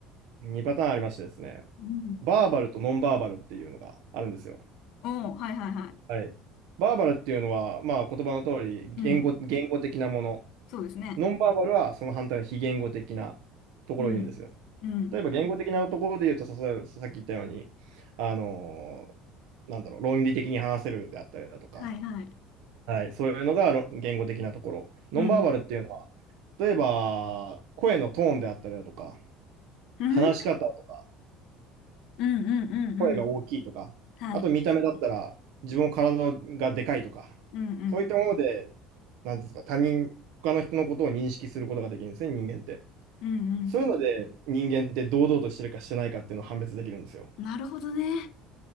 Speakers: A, on the right; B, on the left.
A: 2パターンありましてですね、
B: うん。
A: バーバルとノンバーバルっていうのがあるんですよ。
B: おー、はいはいはい。
A: はい。バーバルっていうのは、まあ言葉の通り言語、
B: うん。
A: 言語的なもの。
B: そうですね。
A: ノンバーバルはその反対の非言語的なところを言うんですよ。
B: うん。うん。
A: 例えば言語的なところで言うと、さ例えばさっき言ったように、あのーなんだろう、論理的に話せるであったりだとか、
B: はいはい。
A: はい、そういうのがろ言語的なところ。ノンバーバルっていうのは、
B: うん。
A: 例えば声のトーンであったりだとか、
B: うん。
A: 話し方とか、
B: うんうんうんうん。
A: 声が大きいとか、
B: はい。
A: あと見た目だったら自分の体がでかいとか、
B: うんうん。
A: そういったもので、なんていうんですか、他人、他の人のことを認識することができるんですね、人間って。
B: うんうん。
A: そういうので、人間って堂々としてるかしてないかっていうのを判別できるんですよ。
B: なるほどね。